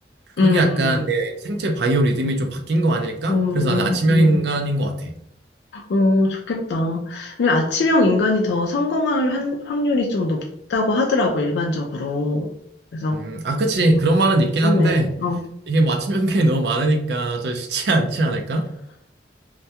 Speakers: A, on the right (about 65°); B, on the left (about 65°).
A: 그게
B: 응.
A: 약간 내 생체 바이오 리듬이 좀 바뀐 거 아닐까?
B: 음,
A: 그래서 나는 아침형
B: 음,
A: 인간인 것 같아.
B: 어, 좋겠다. 근데 아침형 인간이 더 성공할 한- 확률이 좀 높다고 하더라고, 일반적으로. 그래서,
A: 음, 아, 그치.
B: 어,
A: 그런 말은 있긴
B: 좋네.
A: 한데
B: 어.
A: 이게 뭐 아침 인간이 너무 많으니까 좀 쉽지 않지 않을까?